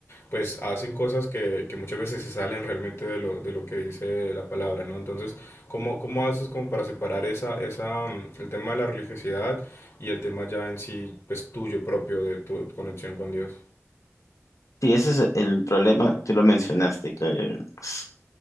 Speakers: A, on the left; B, on the left.
A: pues hacen cosas que, que muchas veces se salen realmente de lo, de lo que dice la palabra, ¿no? Entonces, ¿cómo, cómo haces como para separar esa, esa, mm, el tema de la religiosidad y el tema ya en sí, pues tuyo propio, de tu conexión con Dios?
B: Sí, ese es el problema, tú lo mencionaste, que s-